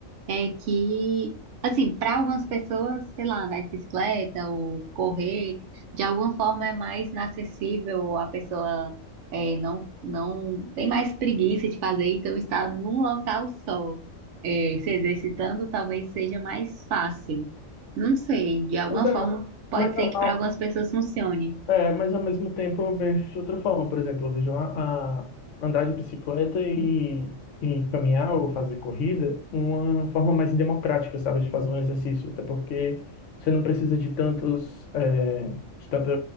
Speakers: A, on the right; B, on the left.
A: é que, assim, para algumas pessoas, sei lá, andar de bicicleta ou correr, de alguma forma é mais inacessível, a pessoa é, não, não tem mais preguiça de fazer, então estar num local só, é, se exercitando, talvez seja mais fácil. Não sei, de alguma
B: Mas é,
A: forma pode
B: mas
A: ser
B: a,
A: que para algumas pessoas funcione.
B: É, mas ao mesmo tempo eu vejo de outra forma. Por exemplo, eu vejo a, a andar de bicicleta e, e caminhar ou fazer corrida uma forma mais democrática, sabe, de fazer um exercício. Até porque você não precisa de tantos, é, de tanta